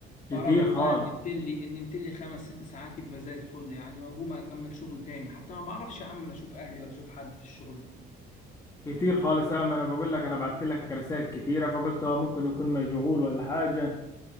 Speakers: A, on the left; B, on the left.
A: فاروح
B: كتير خالص
A: بقى نمت لي ان نمت لي خمس ست ساعات يبقى زي الفل يعني واقوم اكمل شغل تاني حتى ما بعرفش يا عم لا اشوف اهلي ولا اشوف حد في الشغل ده
B: كتير خالص آه، ما انا بقول لك انا بعت لك رسائل كتيرة فقلت هو ممكن يكون مشغول ولا حاجة